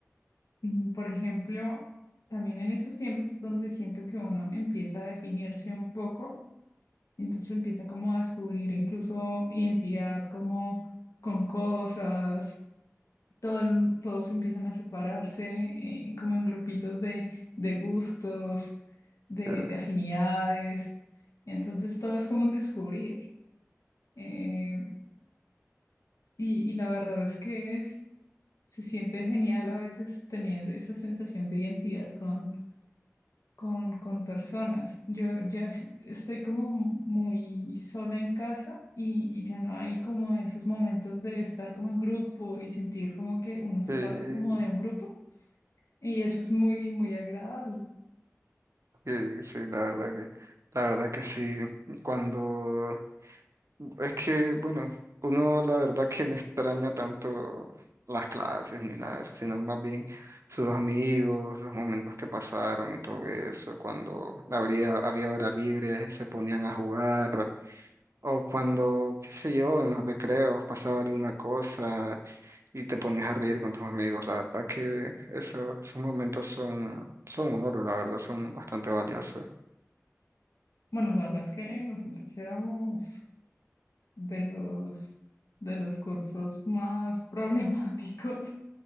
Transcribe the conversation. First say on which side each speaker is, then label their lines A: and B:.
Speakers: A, on the left; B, on the right.
A: Mm, Por ejemplo, también en esos tiempos es donde siento que uno empieza a definirse un poco, entonces empieza como a descubrir incluso identidad como con cosas, todo el- todos empiezan a separarse eh, como en grupitos de, de gustos, de,
B: Sí,
A: de afinidades, entonces todo es como un descubrir. eh, y, y la verdad es que es, se siente genial a veces tener esa sensación de identidad con con, con personas. Yo ya s- estoy como muy sola en casa y, y ya no hay como esos momentos de estar como en grupo y sentir como que uno se
B: sí,
A: parte como de un grupo y eso es muy, muy agradable.
B: sí, sí, la verdad que, la verdad que sí. Cuando, es que, bueno, uno la verdad que no extraña tanto las clases ni nada de eso, sino más bien sus amigos, los momentos que pasaron y todo eso. Cuando habría, había hora libre, se ponían a jugar, O cuando, qué sé yo, en los recreos pasaba alguna cosa y te ponías a reír con tus amigos. La verdad que eso, esos momentos son, son oro, la verdad, son bastante valiosos.
A: Bueno, la verdad es que nosotros éramos de los, de los cursos más <laughs> problemáticos